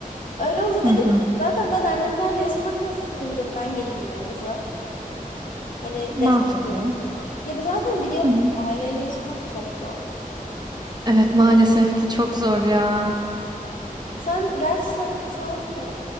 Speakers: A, on the left; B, on the right.
A: Öyle olunca
B: Hı
A: dedim
B: hı.
A: ki zaten ben annemlerle yaşamaktan sıkıldım ben geleyim yanınıza. Hani
B: Mantıklı.
A: destek olurum falan. Ya bu zaten biliyorsunuz
B: Hı hı.
A: aileyle yaşamak çok zor.
B: Evet maalesef ki çok zor ya.
A: Sen gerçi sen şu an e,